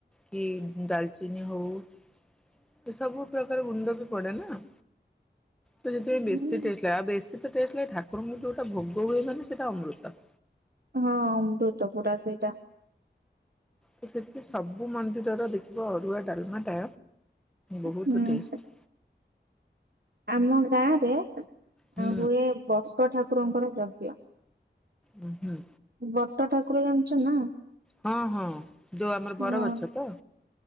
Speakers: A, in the centre; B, on the right (about 60°).
A: କି ଡାଲଚିନି ହଉ ସେ ସବୁ ପ୍ରକାର ଗୁଣ୍ଡ ବି ପଡେ ନା। ତ ସେଥିପାଇଁ
B: ହୁଁ।
A: ବେଶୀ ଟେଷ୍ଟ ଲାଗେ। ଆଉ ବେଶୀ ତ ଟେଷ୍ଟ ଲାଗ ଠାକୁରଙ୍କୁ ଯୋଉଟା ଭୋଗ ହୁଏ ମାନେ ସେଟା ଅମୃତ।
B: ହଁ ଅମୃତ ପୁରା ସେଇଟା।
A: ତ ସେଥିପାଇଁ ସବୁ ମନ୍ଦିରର ଦେଖିବ ଅରୁଆ ଡାଲମା ଟା ବହୁତ
B: ହୁଁ
A: ଟେଷ୍ଟ।
B: ଆମ ଗାଁ ରେ
A: ହୁଁ
B: ହୁଏ ବଟ ଠାକୁରଙ୍କର ଯଜ୍ଞ।
A: ଉଁ ହୁଁ।
B: ବଟ ଠାକୁର ଜାଣିଚ ନା?
A: ହଁ ହଁ ଯୋଉ ଆମର ବରଗଛ
B: ହଁ
A: ତ?